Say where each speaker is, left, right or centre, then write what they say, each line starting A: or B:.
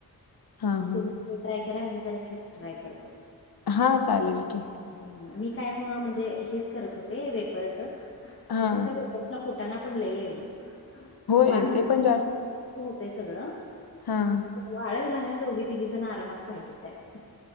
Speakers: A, on the left (about 75°); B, on the left (about 35°).
A: हा हा
B: तुम्ही ते ट्राय करा मी जरा खीच ट्राय करते.
A: हा चालेल की.
B: हम्म. मी काय म्हणजे हेच करत होते वेफर्सच
A: हा
B: पण कस वेफर्सला कुटाणा पण लई ये <unintelligible>
A: होय
B: बाकीत
A: ते पण
B: होतय सगळं.
A: हां.
B: वाळत घालायला दोघी तिघी जण आरामात पाहिजेत त्याला.